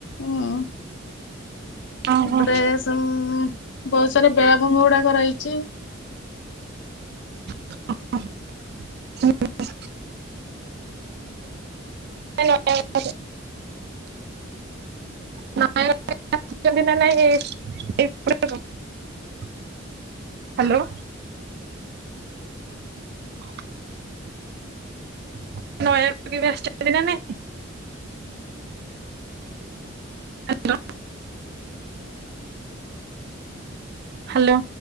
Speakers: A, on the left; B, on the right.
A: ଉଁ।
B: ଓହୋ
A: ଏପଟେ ସିମ୍ ବହୁତ୍ ସାରା ବେଳାଭୂମି ଗୁଡାକ ରହିଚି।
B: <unintelligible> <unintelligible> <unintelligible> ହାଲୋ। <inaudible> <unintelligible> କେବେ ଆସଚନ୍ତି ନା ନାଇଁ? ହାଲୋ। ହାଲୋ।